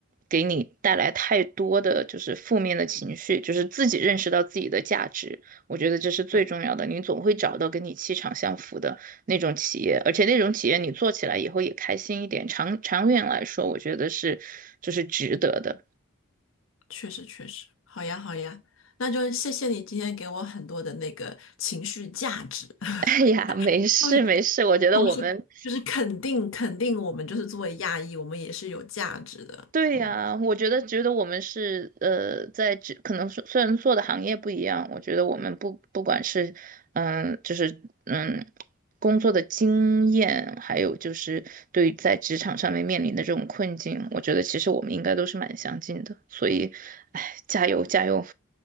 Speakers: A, on the right; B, on the left.
A: 给你带来太多的就是负面的情绪，就是自己认识到自己的价值，我觉得这是最重要的，
B: 对，
A: 你总会找到跟你气场相符的。那种企业，而且那种企业你做起来以后也开心一点，长长远来说，我觉得是就是值得的。
B: 确实确实，好呀好呀，那就谢谢你今天给我很多的那个情绪价值，<laughs>
A: <laughs> 哎呀，没事没事，
B: 对，
A: 我觉得我们
B: 同时就是肯定肯定我们就是作为亚裔，我们也是有价值的，
A: 对呀，
B: 嗯，
A: 我觉得觉得我们是呃，在职可能是虽然做的行业不一样，我觉得我们不不管是嗯，就是嗯。工作的经验，还有就是对于在职场上面面临的这种困境，我觉得其实我们应该都是蛮相近的，所以，哎，加油加油，